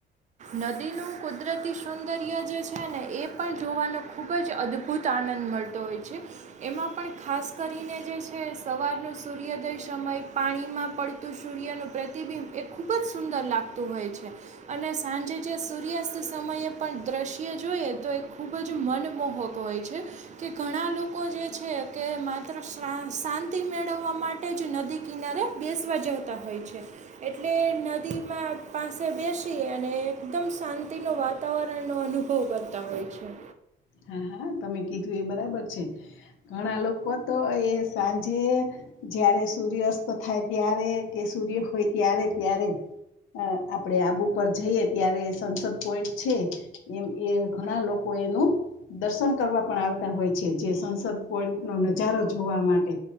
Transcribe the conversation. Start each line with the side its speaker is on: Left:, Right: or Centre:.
Right: નદીનું કુદરતી સૌદર્ય જે છે ને એ પણ જોવાનો ખૂબ જ અદભુત આનંદ મળ તો હોય છે. એમાં પણ ખાસ કરીને જે છે સવાર ન સૂર્યોદય સમય પાણીમાં પડ તુ સૂર્ય નું પ્રતિબિંબ એ ખુબ જ સુંદર લાગતું હોય છે અને સાંજે જે સૂર્યાસ્ત સમયે પણ દ્રશ્ય જોઈએ તો એ ખૂબ જ મનમોહક હોય છે. કે ઘણા લોકો જે છે કે માત્ર સા શાંતિ મેળવવા મા ટે જ નદી કિનારે બેસવા જતા હોય છે. એટલે નદી માં પાસે બેસી એ અને એકદમ શાંતિ નો વાતાવરણ નો અનુભવ કરતા હોય છે.
Left: હા હા તમે કીધું એ બરાબર છે ઘણા લોકો તો એ સાંજે જ્યારે સૂર્યસ્ત થાય ત્યારે કે સૂર્ય હોય ત્યારે ત્યારે અ આપડે આબુ પર જઈએ ત્યારે સંસદ પોઈન્ટ છે. એમ એ ઘણા લોકો એનું દર્શન કરવા પણ આવતા હોય છે જે સંસદ પોઈન્ટ નો નજારો જોવા માટે